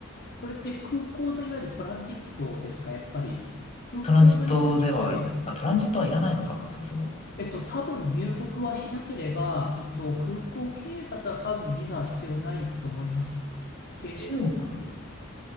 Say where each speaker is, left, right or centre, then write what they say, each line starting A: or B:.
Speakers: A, on the left; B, on the left.
A: それって空港のいわゆるトランジットですか、やっぱり。空港のに次ぎ、
B: トランジットでは、
A: ええ。
B: あ、トランジットはいらないのか、そもそも。
A: えっと、多分入国はしなければ、えっと、空港経由だったら多分ビザは必要ないと思います。け、
B: 中国、